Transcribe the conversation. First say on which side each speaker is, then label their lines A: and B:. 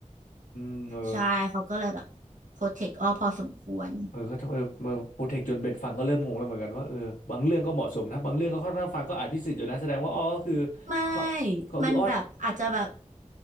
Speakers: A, on the left (about 80°); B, on the right (about 75°).
A: มเออ
B: ใช่เขาก็เลยแบบโปรเทคอ้อพอสมควร
A: เออก็เออเออโปรเทคจนเบนฟังก็เริ่มงงแล้วเหมือนกันว่าเออบางเรื่องก็เหมาะสมนะบางเรื่องก็ค่อนข้างฟังก็อาจพิสิทธิ์อยู่นะแสดงว่าอ้อก็คือ
B: ไม่
A: เขาเขาคืออ้อ
B: มันแบบอาจจะแบบ
A: อ้อ